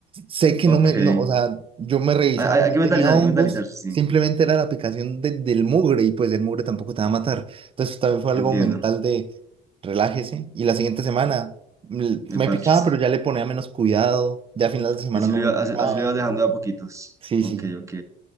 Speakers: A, on the right; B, on the right.
A: sé que
B: Ok.
A: no me,
B: Hay,
A: no, o sea, yo me revisaba
B: hay-
A: y
B: hay
A: no
B: que
A: tenía
B: mentalizar,
A: hongos,
B: hay que mentalizar, sí.
A: simplemente era la picación de- del mugre y pues el mugre tampoco te va a matar, entonces también fue algo
B: Entiendo.
A: mental de relájese y la siguiente semana l-
B: De
A: Me
B: parches.
A: picaba, pero ya le ponía menos cuidado. Ya a finales de semana
B: Y así
A: no
B: lo
A: me
B: iba, así,
A: picaba.
B: así lo ibas dejando de a poquitos.
A: Sí,
B: Ok,
A: sí.
B: ok.